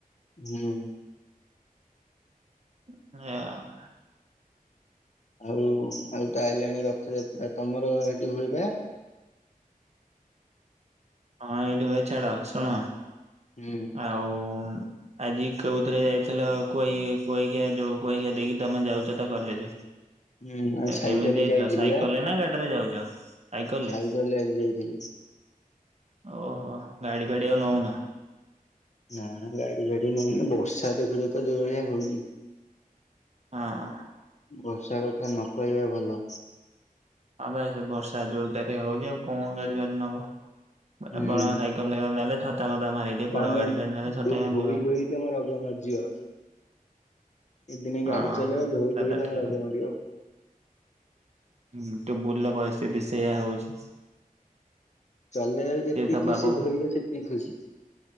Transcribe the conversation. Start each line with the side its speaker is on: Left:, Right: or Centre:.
Left: ହୁଁ,
Right: ଆ।
Left: ହଉ ଆଉ ତ ଆଇଲାଣି ରଥଯାତ୍ରା ତମର ହେଠି ହୁଏ ପା?
Right: ହଁ ଏଇଠୁ ଭାଇ ଛାଡ ଶୁଣ
Left: ହୁଁ
Right: ଆଉ ଆଜି କୋଇ ଥିରେ ଯାଇଥିଲ କୋଇ କୁଆଖିଆ ଯୋଉ କୁଆଖିଆ ଦେଇକି ତମେ ଯାଉଛ ତ କଲେଜ।
Left: ହୁଁ ଆଉ ସାଇକେଲରେ
Right: କେମିତି ଯାଇଥିଲ
Left: ଯାଇଥିଲି
Right: ସାଇକେଲ
Left: ବା
Right: ନା ଗାଡିରେ ଯାଉଛ? ସାଇକଲେ
Left: ସାଇକେଲରେ ଆଜି ଯାଇଥିଲି।
Right: ଓହୋ ଗାଡି ଫାଡି ଆଉ ନଉନା?
Left: ନା ଗାଡି ଫାଡି ନଉନି ବର୍ଷା ଦେଖୁଛ ତ ଯୋଉ ଭଳିଆ ହଉଚି।
Right: ହଁ।
Left: ବର୍ଷା କଥା ନ କହିବା ଭଲ
Right: ହ ବା ସେ ବର୍ଷା ଜୋରଦାର ରେ ହଉଛି ଆଉ କଣ ଗାଡିଫାଡ଼ି ନବ
Left: ହୁଁ
Right: ବରଂ ସାଇକେଲ ନେଲେ ଛତା ଫତା ମାରିକି ଟିକେ
Left: ତାହେଲେ
Right: ପଳେଇବ ଗାଡି ଫାଡ଼ି ନେଲେ ଛତା କେମି
Left: ଧୋଇ ଧୋଇ ତମ ରଗ ମରିଯିବ ଏଇ ଦିନେ
Right: ହଁ
Left: ଗାଡି ଚଲେଇବ ଧୋଇ
Right: ଦାଦା
Left: ଧୋଇ ତମ
Right: ଠିକ୍
Left: ରଗ ମରିବ
Right: ହୁଁ ତୁବୁଲ ର ପରିସ୍ଥିତି ସେଇୟା ହଉଛି
Left: ଚଲେଇବା
Right: ସିଏ
Left: ବି ଯେତିକି
Right: ତା
Left: ଖୁସି
Right: ବାବୁ
Left: ଧୋଇବା ସେତିକି ଖୁସି